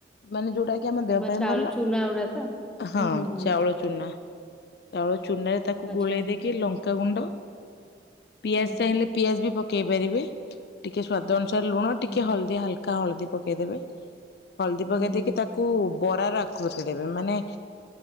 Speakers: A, on the left; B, in the centre.
A: ମାନେ ଯୋଉଟା କି ଆମ ଦେହ
B: ମାନେ
A: ପାଇଁ
B: ଚାଉଳ
A: ଭଲ
B: ଚୁନା ଗୁଡା ତ
A: ହଁ
B: ହୁଁ ହୁଁ ହୁଁ।
A: ଚାଉଳ ଚୁନା ଚାଉଳ ଚୁନାରେ ତାକୁ
B: ଆଚ୍ଛା
A: ଗୋଳେଇ ଦେଇକି ଲଙ୍କା ଙ୍କା ଗୁଣ୍ଡ ପିଆଜ
B: ହୁଁ
A: ଚାହିଁଲେ ପିଆଜ ବି ପ ଦେଇ ପାରିବେ ଟିକେ ଟିକେ ସ୍ୱାଦ ଅନୁ ଚାର ଲୁଣ ଟିକେ
B: ହୁଁ
A: ହଲଦୀ ହଲକା କା ହଳଦୀ ପକେଇଦେବେ। ହଳଦୀ ପକେଇ
B: ହୁଁ ହୁଁ
A: ଦେଇକି ତାକୁ ବରାର ଆକୃତି ଦେବେ ମାନେ